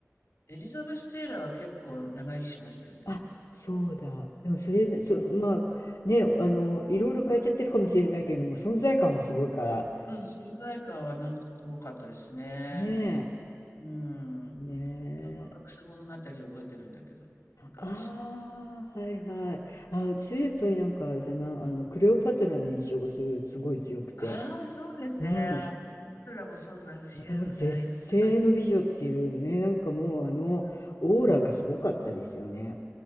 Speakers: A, on the left (about 55°); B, on the left (about 85°).
A: エリザベス・テイラーは結構長生きしましたよね、
B: あ、
A: でも。
B: そうだ。でもそれ、そ、
A: うん。
B: まあ、ね、あの、いろいろ変えちゃってるかもしれないけども、存在感はすごいから。
A: うん、存在感はあの人すごかったですね。
B: ね
A: うん。
B: え。ね
A: 若草物語覚えてるんだけど、
B: え。
A: 昔の。
B: ああ、はいはい。あ、私やっぱりなんかあれだな、あの、クレオパトラの印象がすごい、すごい強くて。
A: ああ、そうですね。
B: うん。
A: クレオパトラもそうだしてる、
B: ね、もう絶世の美女っていうね、
A: あ、やってたね。
B: なんかもうあの、
A: うんうんうんうん。
B: オーラがすごかったですよね。